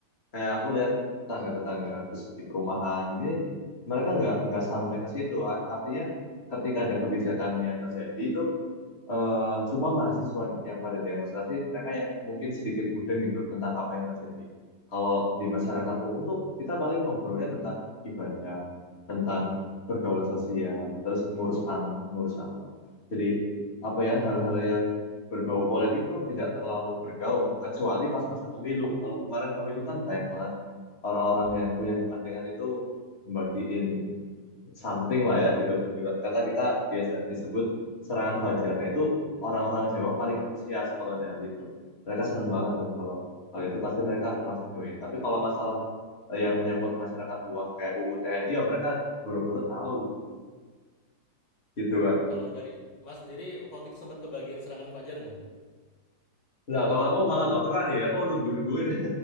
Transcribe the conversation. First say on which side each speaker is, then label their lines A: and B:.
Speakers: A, on the left (about 35°); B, on the left (about 70°).
A: kayak aku lihat tetangga-tetangga terus di perumahan gini mereka nggak nggak sampai ke situ A- artinya ketika ada kebijakan yang terjadi itu eh cuma mahasiswa nih yang pada demonstrasi, mereka yang mungkin sedikit mudeng gitu tentang apa yang terjadi. Kalau di masyarakat umum tuh kita paling ngobrolnya tentang ibadah, tentang pergaulan sosial, terus ngurus anak, ngurus apa. Jadi apa ya hal-hal yang berbau politik itu tidak terlalu bergaung kecuali pas masa pemilu. Kalau kemarin pemilu kan banyak banget orang-orang
B: Hmm.
A: yang punya kepentingan itu membagiin something lah ya gitu. Ibarat kata kita biasa disebut serangan fajar. Nah itu orang-orang
B: <laughs>
A: Jawa paling antusias kalau ada hal itu. Mereka seneng banget tuh kalau kalau itu pasti mereka langsung join. Tapi kalau masalah eh, yang menyangkut masyarakat luas kayak UU TNI ya mereka buru-buru tahu gitu Kak.
B: Kalau dari Mas sendiri waktu itu sempat kebagian serangan fajar nggak tuh?
A: Nah kalau aku malah nggak pernah nih ya, aku nunggu-nungguin